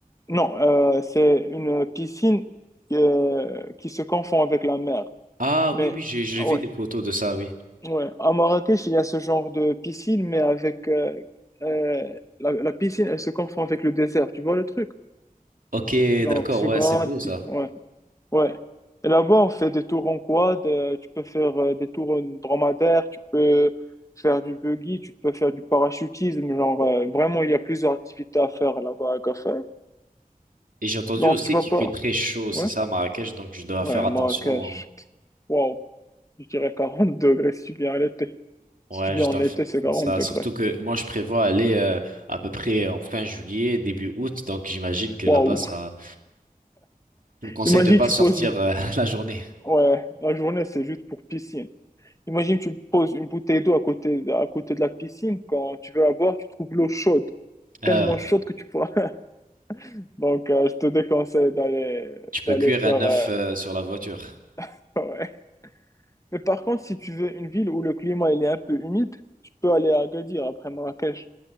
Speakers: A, on the left; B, on the right.
A: non, euh, c'est une piscine euh, qui se confond avec la mer.
B: Ah
A: Mais
B: oui oui, j'ai j'ai
A: ah
B: vu
A: ouais,
B: des photos de ça, oui.
A: ouais. À Marrakech, il y a ce genre de piscine, mais avec euh, euh, la, la piscine, elle se confond avec le désert. Tu vois le truc?
B: Ok,
A: Genre,
B: d'accord,
A: c'est
B: ouais,
A: grand.
B: c'est beau ça.
A: pi- Ouais. Ouais. Et là-bas, on fait des tours en quad, euh, tu peux faire euh, des tours en dromadaire, tu peux faire du buggy, tu peux faire du parachutisme. Genre, euh, vraiment, il y a plusieurs activités à faire là-bas à Gaffer.
B: Et j'ai entendu
A: Donc,
B: aussi
A: tu vas
B: qu'il
A: pas.
B: fait très chaud, c'est
A: Ouais?
B: ça, à Marrakech, donc je dois
A: Ouais,
B: faire attention.
A: Marrakech. Waouh. Je dirais 40 degrés si tu viens à l'été.
B: Ouais,
A: Si tu viens
B: je
A: en
B: dois
A: été,
B: faire
A: c'est 40
B: ça,
A: degrés.
B: surtout que moi je prévois aller euh, à peu près en fin juillet, début août, donc j'imagine que
A: Waouh.
B: là-bas ça Tu me conseilles
A: Imagine,
B: de pas
A: tu
B: sortir
A: poses une.
B: euh, <laughs> la journée.
A: Ouais, la journée, c'est juste pour piscine. Imagine, tu poses une bouteille d'eau à côté, à côté de la piscine. Quand tu veux la boire, tu trouves l'eau chaude. tellement
B: Euh,
A: chaude que tu pourras. <laughs> Donc, euh, je te déconseille d'aller
B: tu peux
A: d'aller
B: cuire
A: faire.
B: un œuf
A: euh,
B: euh, sur la voiture.
A: <laughs> ouais. Mais par contre, si tu veux une ville où le climat il est un peu humide, tu peux aller à Agadir après Marrakech.